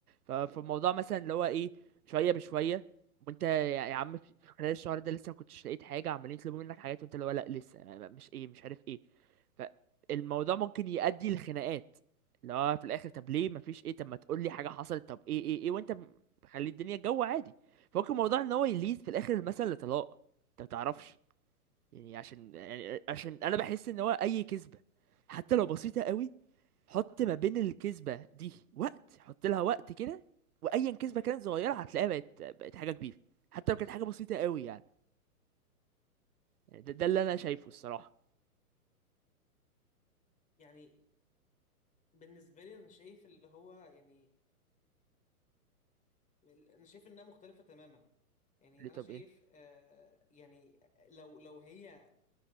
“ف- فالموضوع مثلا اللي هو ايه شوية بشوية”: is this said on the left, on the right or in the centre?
Right